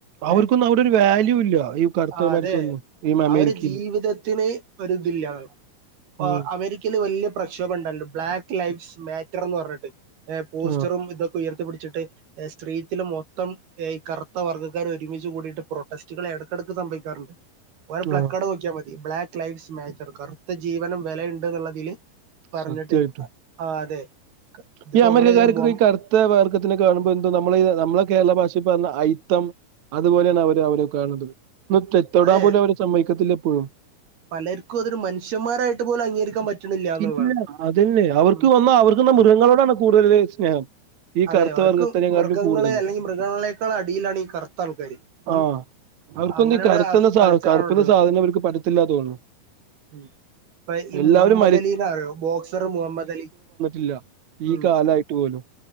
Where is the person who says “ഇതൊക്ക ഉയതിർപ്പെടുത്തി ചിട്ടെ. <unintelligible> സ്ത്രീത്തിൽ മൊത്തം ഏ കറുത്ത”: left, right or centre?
Right